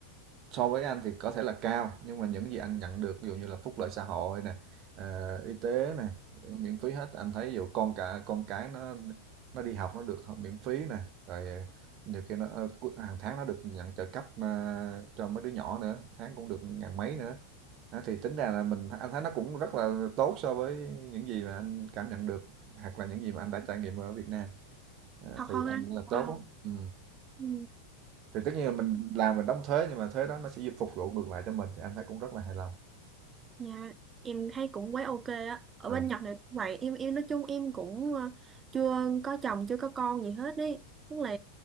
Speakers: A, on the right; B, on the right.
A: so với anh thì có thể là cao nhưng mà những gì anh nhận được ví dụ như là phúc lợi xã hội này ờ, y tế này miễn phí hết anh thấy ví dụ con cả con cái nó nó đi học nó được miễn phí này rồi ờ, nhiều khi nó ờ, hàng tháng nó được nhận trợ cấp mà cho mấy đứa nhỏ nữa tháng cũng được ngàn mấy nữa Đó, thì tính ra là mình anh thấy nó cũng rất là tốt so với những gì mà anh cảm nhận được hoặc là những gì mà anh đã trải nghiệm ở Việt Nam Đó,
B: Thật
A: thì
B: không anh?
A: anh là
B: Wow.
A: tốt ừ
B: Ừ.
A: thì tất nhiên là mình làm mình đóng thuế nhưng mà thuế đó nó sẽ giúp phục vụ ngược lại cho mình thì anh thấy cũng rất là hài lòng
B: Dạ, em thấy cũng quá ok á. Ở
A: à,
B: bên Nhật này cũng vậy, em em nói chung em cũng ờ, chưa có chồng, chưa có con gì hết đấy. Tức là